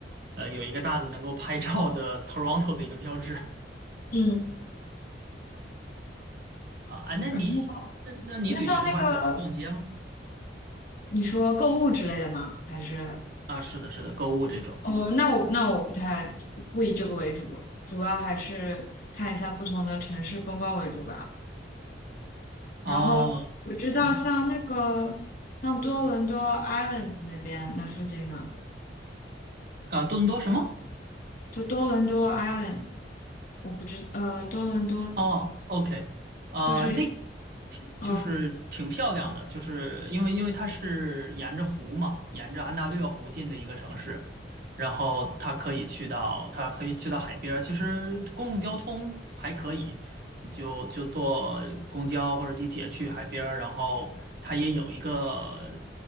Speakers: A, on the right (about 50°); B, on the left (about 50°).
A: 呃，有一个大的能够拍照的 Toronto 的一个标志啊
B: 嗯。
A: 啊。那你喜那那你旅行的话，
B: 然后，那像那个
A: 喜欢逛街吗？
B: 你说购物之类的吗？还是
A: 啊，是的，是的，购物这种。
B: 哦，那我那我不太不以这个为主，主要还是看一下不同的城市风光为主吧。
A: 哦，
B: 然后我知道像那个像多伦多
A: 嗯，
B: Islands 那边那附近呢，
A: 啊，多伦多什么？
B: 就多伦多 Islands，我不知呃多伦多
A: 哦，OK，呃，
B: 就是
A: 那
B: 嗯
A: 就是挺漂亮的，就是因为因为它是沿着湖嘛，沿着安大略湖进的一个城市，然后它可以去到它可以去到海边儿，其实公共交通还可以，你就就坐公交或者地铁去海边儿，然后它也有一个。